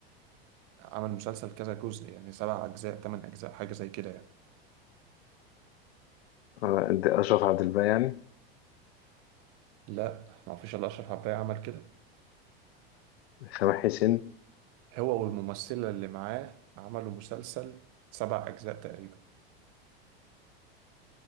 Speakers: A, on the right (about 55°); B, on the left (about 80°).
A: عمل مسلسل كذا جزء يعني سبع اجزاء تمن اجزاء حاجة زي كده يعني
B: آه، ده أشرف عبد الباقي يعني
A: لا ما فيش الا اشرف عباية عمل كده
B: سامح حسين
A: هو والممثلة اللي معاه عملوا مسلسل سبع اجزاء تقريبا